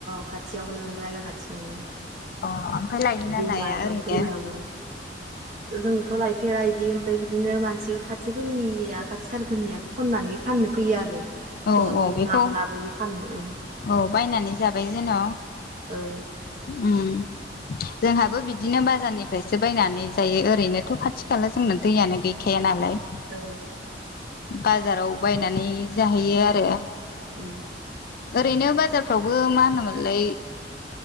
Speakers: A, on the right (about 45°); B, on the left (about 55°).
A: खाथियावनो जायगा खाथियावनो।
B: अ ओमफ्राय लायोना
A: दैमा
B: लाया
A: दं
B: ओरैनो
A: दैमायावमोन जोंथ' लाइफ फेरा इदि ओमफ्राय बिदिनो मानसि खाथिफोरनिया खाथि थारफोरनिया खननानै फाननो फैयो आरो। न'
B: औ औ
A: न'
B: बेखौ
A: लां लाबोयो फानो।
B: औ बायनानै जाबाय जेन'। उम
A: ओं
B: जोंहाबो बिदिनो बाजारनिफ्रायसो बायनानै जायो ओरैनोथ' खाथि खाला जोंनो दैयानो गैखाया नालाय।
A: ओं
B: बाजाराव बायनानै जाहैयो आरो।
A: उम
B: ओरैनो बाजारफ्रावबो मा होनोमोनलाय